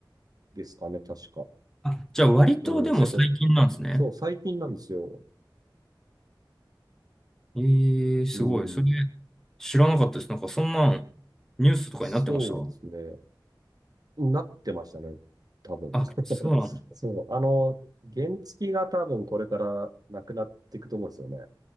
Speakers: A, on the right; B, in the centre.
A: ですかね、確か。
B: あ、じゃあ割とでも最近なんですね。
A: うん、セコ、そう、最近なんですよ。
B: ええ、すごい。
A: うん、
B: それ知らなかったです。なんかそんなんニュースとかになってました。
A: そうですね。なってましたね、多分。
B: あ、
A: <laughs>
B: そうなんだ。
A: そう、あの、原付が多分これからなくなっていくと思うんですよね。